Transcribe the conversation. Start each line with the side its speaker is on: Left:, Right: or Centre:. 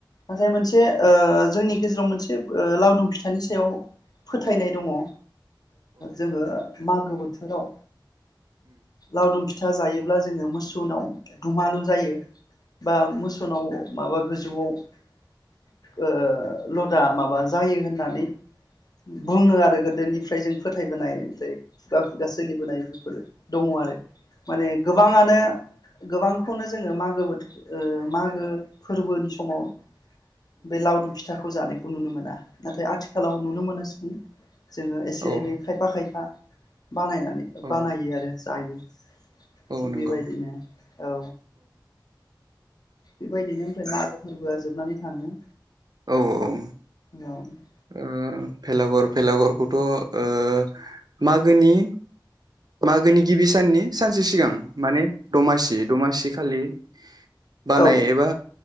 Left: नाथाय मोनसे ओ जोंनि गेजेराव मोनसे ओ लावदुम फिथानि सायाव फोथा फोथायनाय दङ ओ जोङो मा मागो बोथोराव लावदुम फि फिथा जायोब्ला जोङो मोसौनाव दुमालु जायो। बा मोसोवनाव माबा गोजौआव ओ लदा माबा जायो होननानै बुङो आरो गोदोनि ओमफ्राय जों फोथायबोनाय जायो। खुगा खुगा सोलिबोनाय बेफोरो दङ आरो माने गोबाङानो गोबांखौनो जोङो मागो बोथोर औ मागो फोरबोनि समाव बे लावदुम फिथाखौ जानायखौ खौ नुनो मोना। नाथाय आथिखालाव नुनो मोनोसै जोङो एसे
Right: औ
Left: एनै खायफा खायफा बानायनानै बानायो
Right: औ
Left: आरो जायो।
Right: औ
Left: थिग
Right: नंगौ
Left: बेबायदिनो औ बेबायदिनो ओमफ्राय मागो फोरबोआ जोबनानै थाङो।
Right: औ औ
Left: <unintelligible>
Right: औ भेलागर भेलागरखौथ' औ मागोनि मागोनि गिबि साननि सानसे सिगां माने दमासि दमासि खालि बानायो
Left: औ
Right: एबा